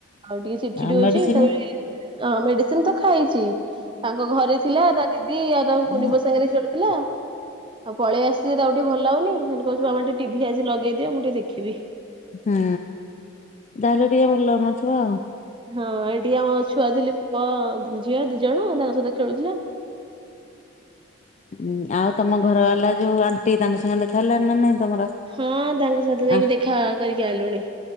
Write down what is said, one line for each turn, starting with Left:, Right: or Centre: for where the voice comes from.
Right: ଟିକେ ଛିଡ୍ ଛିଡ୍
Left: ଆଉ
Right: ହଉଛି
Left: ମେଡିସିନ
Right: ତାପରେ ଅଁ ମେଡିସିନ୍ ତ ଖାଇଛି ତାଙ୍କ ଘରେ ଥିଲା ତା ଦିଦି ଆ ତାଙ୍କ
Left: ହୁଁ।
Right: କୁନିପୁଅ ସାଙ୍ଗରେ ଖେଳୁ ହେଲା ପଳେଇଆସିଛିି ତାକୁ ଟିକେ ଭଲ ଲାଗୁନି ହେଠୁ କହୁଛି ବାବା ଟିକେ ଟିଭି ଆଜି ଲଗେଇ ଦିଅ ମୁଁ ଟିକେ ଦେଖିବି।
Left: ହୁଁ ଯାହେଲେ ଟିକେ ଭଲ ଲାଗୁନଥିବ ଆଉ।
Right: ହଁ ଏଠି ଆମ ଛୁଆ ଥିଲେ ପୁଅ ଝିଅ ଦି ଜଣ ତାଙ୍କ ସହିତ ଖେଳୁଥିଲା।
Left: ଉ ଆଉ ତମ ଘର ବାଲା ଯୋଉ ଆଣ୍ଟି ତାଙ୍କ ସାଙ୍ଗେ ଦେଖା ହେଲାଣି ନା ନାଇଁ ତମର?
Right: ହଁ ତାଙ୍କ ସହିତ ଯାଇକି
Left: ଆ
Right: ଦେଖା କରିକି ଆଇଲୁଣି।